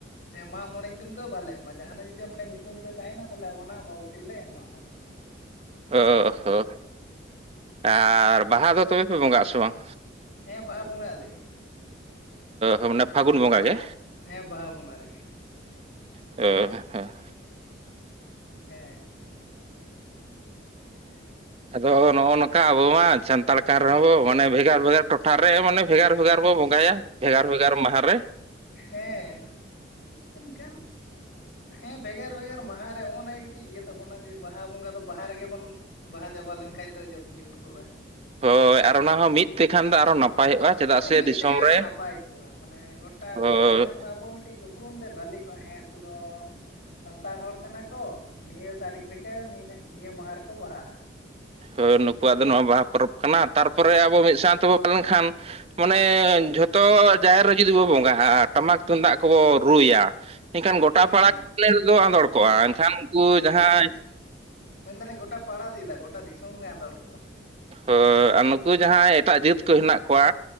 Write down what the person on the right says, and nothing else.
ᱦᱚ ᱦᱚ ᱟᱨ ᱵᱟᱦᱟ ᱫᱚ ᱛᱚᱵᱮ ᱯᱮ ᱵᱚᱸᱜᱟᱼᱟ ᱥᱮ ᱵᱟᱝ
ᱚᱻ ᱢᱟᱱᱮ ᱯᱷᱟᱹᱜᱩᱱ
ᱵᱚᱸᱜᱟ
ᱜᱮ
ᱚ <unintelligible>
ᱟᱫᱚ ᱱᱚᱜᱼᱚ ᱱᱚᱝᱠᱟ ᱟᱵᱚ ᱢᱟ ᱥᱟᱱᱛᱟᱲ ᱠᱟᱱ ᱨᱮᱦᱚᱸᱵᱚ ᱢᱟᱱᱮ ᱵᱷᱮᱜᱟᱨ ᱵᱷᱮᱜᱟᱨ ᱴᱚᱴᱷᱟ ᱨᱮ ᱢᱟᱱᱮ ᱵᱷᱮᱜᱟᱨ ᱵᱷᱮᱜᱟᱨ ᱵᱚ ᱵᱚᱸᱜᱟᱭᱟ ᱵᱷᱮᱜᱟᱨ ᱵᱷᱮᱜᱟᱨ ᱢᱟᱦᱟ ᱨᱮ
ᱦᱳᱭ ᱟᱨ ᱚᱱᱟ ᱦᱚᱸ ᱢᱤᱫ ᱛᱮᱠᱷᱟᱱ ᱫᱚ ᱟᱨᱚ ᱱᱟᱯᱟᱭᱚᱜᱼᱟ ᱪᱮᱫᱟᱜ
ᱥᱮ
ᱫᱤᱥᱚᱢ
ᱨᱮ
ᱦᱳᱭ
ᱦᱳᱭ ᱱᱩᱠᱩᱣᱟᱜ ᱫᱚ ᱱᱚᱣᱟ ᱵᱟᱦᱟ ᱯᱚᱨᱚᱵᱽ ᱠᱟᱱᱟ ᱛᱟᱨᱯᱚᱨᱮ ᱟᱵᱚ ᱢᱤᱫ ᱥᱟᱶ ᱛᱮᱵᱚᱱ <unintelligible> ᱞᱮᱱᱠᱷᱟᱱ ᱢᱟᱱᱮ ᱡᱷᱚᱛᱚ ᱡᱟᱦᱮᱨ ᱨᱮ ᱡᱩᱫᱤ ᱵᱚ ᱵᱚᱸᱜᱟᱼᱟ ᱴᱟᱢᱟᱠ ᱛᱩᱢᱫᱟᱜ ᱠᱚᱵᱚ ᱨᱩᱭᱟ ᱮᱱᱠᱷᱟᱱ ᱜᱚᱴᱟ
ᱯᱟᱲᱟᱹ ᱨᱮᱫᱚ ᱟᱸᱫᱳᱲ ᱠᱚᱜᱼᱟ
ᱮᱱᱠᱷᱟᱱ ᱩᱱᱠᱩ ᱡᱟᱦᱟᱸᱭ
ᱦᱳᱭ ᱟᱨ ᱱᱩᱠᱩ ᱡᱟᱦᱟᱸᱭ ᱮᱴᱟᱜ ᱡᱟᱹᱛ ᱠᱚ ᱦᱮᱱᱟᱜ ᱠᱚᱣᱟ